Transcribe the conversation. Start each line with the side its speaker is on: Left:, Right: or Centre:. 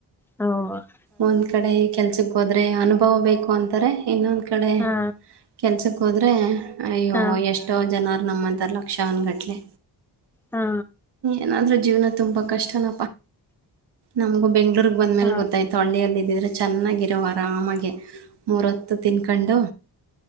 Centre: ಹೌ. <unintelligible>
Right: ಒಂದ್ ಕಡೆ ಕೆಲ್ಸ ಬ್ ಹೋದ್ರೆ ಅನುಭವ ಬೇಕು ಅಂತಾರೆ. ಇನ್ನೊಂದ್ ಕಡೆ
Centre: ಹಾ
Right: ಕೆಲ್ಸಕ್ ಹೋದ್ರೇ ಅಯ್ಯೋ
Centre: ಹಾ
Right: ಎಷ್ಟೋ ಜನ. ನಮ್ಮನ್ತಲಕ್ಷನ್ ಗಟ್ಟಲೆ.
Centre: ಹಾ
Right: ಏನಾದ್ರೂ ಜೀವನ ತುಂಬಾ ಕಷ್ಟನ್ ನಮ್ಗು ಬೆಂಗ್ಳೂರಗ್ ಬಂದ ಮೇಲೆ
Centre: ಹಾ ಹಾ
Right: ಗೊತ್ತ್ ಹಳ್ಳಿಯಲ್ಲಿ ಇದಿದ್ರೆ ಚೆನ್ನಾಗಿರೋವ್ ಆರಾಮಾಗಿ. ಮೂರ್ ಹೊತ್ತು ತಿನ್ಕೊಂಡು.